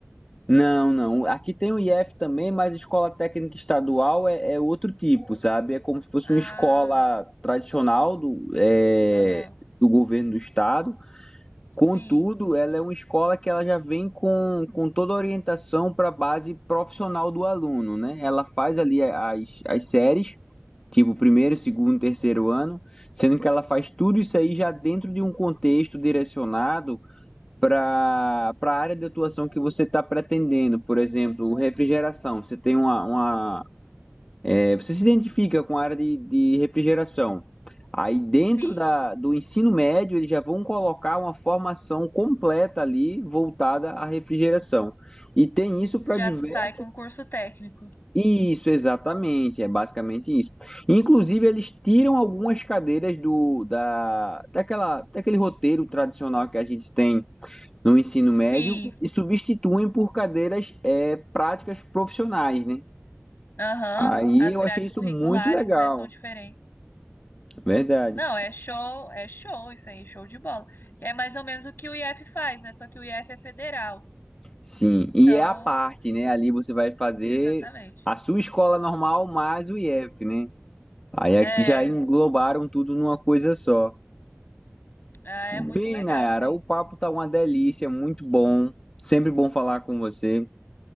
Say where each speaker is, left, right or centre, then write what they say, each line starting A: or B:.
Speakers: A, on the left; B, on the left.
A: Não, não. Aqui tem o IF também, mas escola técnica estadual é, é outro tipo, sabe? É como se fosse
B: Ah,
A: uma escola tradicional do, é,
B: aham.
A: do governo do estado. Contudo,
B: Sim,
A: ela é uma escola que ela já vem com, com toda a orientação para a base profissional do aluno, né? Ela faz ali as, as séries, tipo primeiro, segundo, terceiro ano, sendo que ela faz tudo isso aí já dentro de um contexto direcionado para para a área de atuação que você está pretendendo. Por exemplo, refrigeração. Você tem uma, uma, é, Você se identifica com a área de, de refrigeração. Aí dentro
B: sim.
A: da, do ensino médio, eles já vão colocar uma formação completa ali voltada à refrigeração. E tem isso
B: Já
A: para diversos.
B: sai com curso técnico.
A: Isso, exatamente, é basicamente isso. Inclusive, eles tiram algumas cadeiras do da, daquela, daquele roteiro tradicional que a gente tem no ensino
B: Sim,
A: médio e substituem por cadeiras é, práticas profissionais, né?
B: aham.
A: Aí
B: As
A: eu
B: grades
A: achei isso
B: curriculares,
A: muito legal.
B: né, são diferentes.
A: é Verdade.
B: Não, é show, é show isso aí, show de bola. Que é mais ou menos o que o IF faz, né? Só que o IF é federal.
A: Sim,
B: Então,
A: e é a parte, né? Ali você vai fazer
B: exatamente.
A: a sua escola normal mais o IF, né? Aí aqui
B: É,
A: já englobaram tudo numa coisa só.
B: é muito
A: Bem,
B: legal
A: Nayara,
B: isso aí.
A: o papo tá uma delícia, muito bom. Sempre bom falar com você,